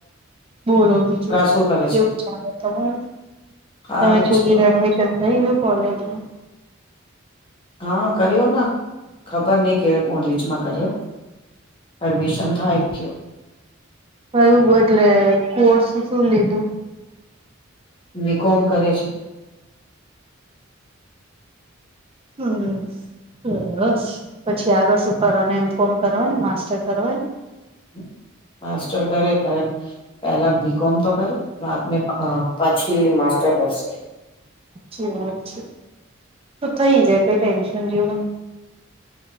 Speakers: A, on the right; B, on the left.
A: બોલો બીજું
B: શું કરે
A: કેવું
B: છે
A: ચાલે તમારે.?
B: સારું
A: તમે છોકરીને
B: છે
A: એડમિશન થઈ ગયું કોલેજમાં?
B: હા કર્યો ને ખબર નહ કે, કોઈ કોલેજમાં કર્યો. પરમીશન થા એક કયો..
A: કયું એટલે કોર્સ શું લીધું.?
B: બી કોમ કરે છે.
A: હમ બસ પછી આગળ શું કરવાનું,? એમ કોમ કરવાની, માસ્ટર કરવાની,?
B: હ <inaudible> માસ્ટર કરે, પેલા બી કોમ તો કરે, બાદ મે પછી તે કરશે.
A: અચ્છા અછા, તો થઈ જાય કોઈ ટન્શન સમજી <unintelligible>